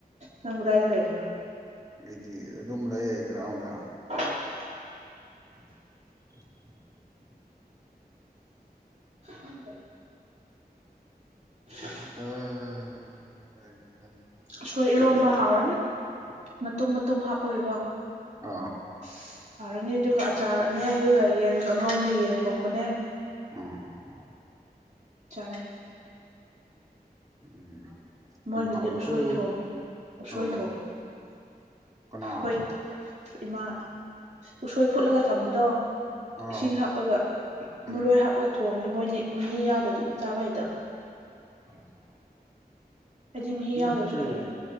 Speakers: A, on the right (about 45°); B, on the right (about 20°).
A: ꯅꯪ ꯀꯗꯥꯏ ꯂꯩꯕꯔ‌ꯣ
B: ꯏꯗꯤ ꯑꯗꯨꯝ ꯂꯩꯌ‌ꯦ ꯒꯔ꯭ꯥꯎꯟꯗ
A: <unintelligible>
B: <inaudible>
A: ꯎꯝ <unintelligible>
B: ꯑ-ꯑ-ꯑ <unintelligible>
A: ꯑꯎꯁꯣꯏ ꯏꯔꯣꯝꯕ ꯍꯥꯎꯔꯅꯤ ꯃꯇꯨꯝ ꯃꯇꯨꯝ ꯍꯥꯞꯄꯒꯤꯀꯣ
B: ꯑꯥ
A: ꯁꯤ-ꯍꯥꯎꯔꯅꯤ ꯑꯗꯨꯒ ꯑꯆꯥꯔꯅꯦ ꯑꯗꯨꯒ ꯌꯦꯟ ꯀꯥꯡꯉꯧꯅꯦ ꯌꯦꯟ ꯊꯣꯡꯕꯅꯦ
B: ꯎꯝ
A: ꯆꯥꯔ‌ꯦ
B: ꯎꯝ
A: ꯃꯣꯏꯒꯤꯗꯤ
B: ꯌꯥꯝ ꯍꯥꯎꯋꯤꯀꯣ
A: ꯎꯁꯣꯏ ꯊꯣꯡꯉꯤ ꯎꯁꯣꯏ
B: ꯑꯣ
A: ꯊꯣꯡꯉꯤ
B: ꯀꯅꯥ
A: ꯍꯣꯏ ꯏꯃꯥ ꯎꯁꯣꯏ ꯐꯨꯠꯂꯒ ꯊꯝꯕꯗꯣ
B: ꯑꯥ
A: ꯏꯁꯤꯡ ꯍꯥꯞꯄꯒ
B: ꯎꯝ
A: ꯃꯔꯣꯏ ꯍꯥꯞꯄꯒ ꯊꯣꯡ ꯃꯣꯏꯗꯤ ꯃꯍꯤ ꯌꯥꯎꯗ꯭ꯔꯗꯤ ꯆꯥꯕ ꯍꯩꯇꯝ
B: ꯍ <inaudible>
A: ꯑꯩꯗꯤ ꯃꯍꯤ
B: ꯅꯠꯇ‌ꯦ
A: ꯌꯥꯎꯗ꯭ꯔꯁꯨ ꯍꯩꯌꯦ